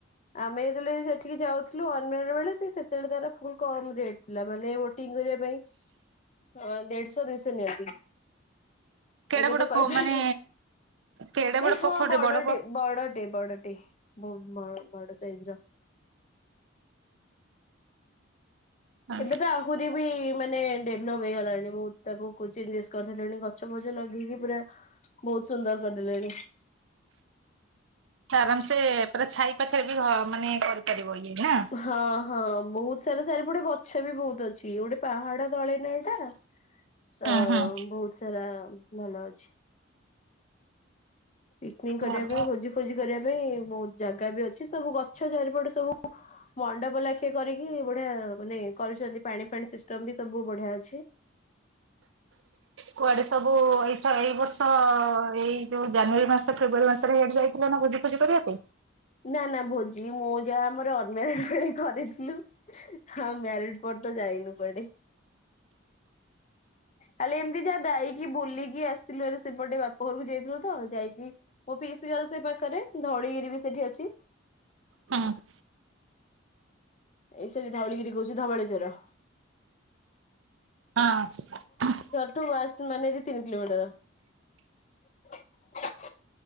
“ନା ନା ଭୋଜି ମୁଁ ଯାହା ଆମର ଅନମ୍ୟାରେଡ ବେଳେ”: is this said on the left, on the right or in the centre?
Left